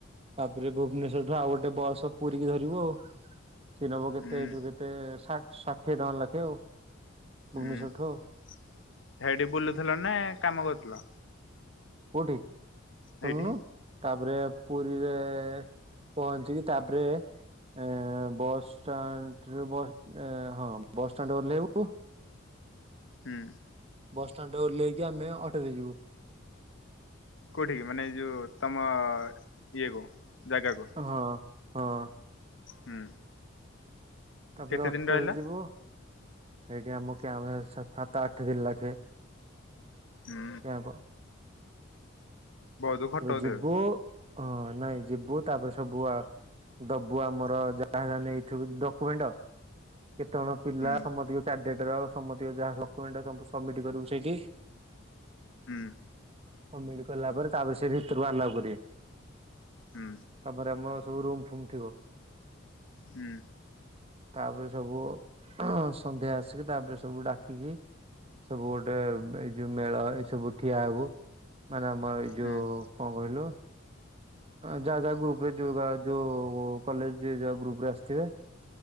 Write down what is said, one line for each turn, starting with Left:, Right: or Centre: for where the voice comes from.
Right: ତାପରେ ଭୁବନେଶ୍ୱରଠୁ ଆଉ ଗୋଟେ ବସ ପୁରୀକି ଧରିବୁ ଆଉ ସିଏ ନବ କେତେ
Left: ହୁଁ
Right: ଏଇଠୁ କେତେ ଷାଠିଏ ଟଙ୍କା ଲାଖେ ଆଉ ଭୁବନେଶ୍ଵରଠୁ
Left: ହୁଁ
Right: ଆଉ
Left: ସେଇଠି ବୁଲୁଥିଲ ନା କାମ କରୁଥିଲ?
Right: କୋଉଠି
Left: ହେଇଠି?
Right: ଶୁଣୁନୁ ତାପରେ ପୁରୀରେ ପହଞ୍ଚିକି ତାପରେ ଏ ବସଷ୍ଟାଣ୍ଡ ହଁ ବସଷ୍ଟାଣ୍ଡ ରେ ଓହ୍ଲେଇଵୁ
Left: ହୁଁ।
Right: ବସଷ୍ଟାଣ୍ଡ ରେ ଓହ୍ଲାଇକି ଆମେ ଅଟୋରେ ଯିଵୁ।
Left: କୋଉଠି କି ମାନେ ଏଇ ଯୋଉ ତମ ଇଏ କୁ ଜାଗାକୁ?
Right: ହଁ ହଁ।
Left: ହୁଁ।
Right: ତାପରେ
Left: କେତେ
Right: ଅଟୋରେ
Left: ଦିନ ରହିଲ?
Right: ଯିବୁ ସେଇଠି ଆମ କ୍ୟାପ ଆମ ସାତ ଆଠ ଦିନ ଲାଖେ
Left: ହୁଁ।
Right: କ୍ୟାମ୍ପ
Left: ବହୁତ ଖଟଉଥିବେ
Right: ଯିବୁ ହଁ ନାଇଁ ଯିବୁ ତାପରେ ସବୁ ଆ ଦବୁ ଆମର ଯାହା ଯାହା ନେଇଥିବ ଡକ୍ୟୁମେଣ୍ଟ। କେତେ ଜଣ ପିଲା
Left: ହୁଁ
Right: ସମସ୍ତି କାରଡେଟର ସମତି ଯାହା ଏଇଟା ସବମିଟ କରିବୁ ସେଇଠି।
Left: ହୁଁ
Right: ସବମିଟ କଲା ପରେ ତାପରେ ସେ ଭିତରକୁ ଆଲଉ କରିବେ।
Left: ହୁଁ।
Right: ତାପରେ ଆମର ସବୁ ରୁମ ଫୁମ ଥିବ।
Left: ହୁଁ।
Right: ତାପରେ ସବୁ ସନ୍ଧ୍ୟା ଆସିକି ତାପରେ ସବୁ ଡାକିକି ସବୁ ଗୋଟେ ଏଇ ଯୋଉ ମେଳ ଏଇ ସବୁ ଠିଆ ହବ ମାନେ ଆମର ଯୋଉ
Left: ହୁଁ
Right: କଣ କହିଲ? ଯାହା ଯାହା ଗ୍ରୁପରେ ଯୋଉ ଯଉ କଲେଜ ଯିଏ ଯୋଉ ଗ୍ରୁପରେ ଆସିଥିବେ।